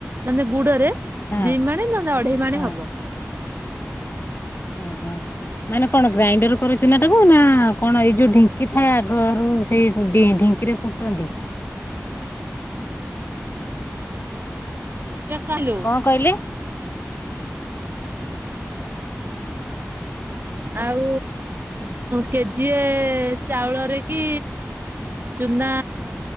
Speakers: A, on the right; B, on the left.
A: ମାନେ ଗୁଡରେ
B: ହଁ
A: ଦି ମାଣେ ନହଲେ ଅଢେଇ ମାଣେ
B: ହଁ
A: ହବ। <inaudible>
B: ଓହୋ ମାନେ କଣ ଗ୍ରାଇଣ୍ଡର କରୁଛୁ ନା ଟାକୁ ନା କଣ ଏଇ ଯୋଉ ଢିଙ୍କି ଥାଏ ଆଗରୁ ସେଇ ଢିଙ୍କିରେ ଫୁଟନ୍ତି।
A: କେ କଲୋ
B: କଣ କହିଲେ?
A: ଆଉ କେଜିଏ ଚାଉଳରେ କି? ଚୁନା।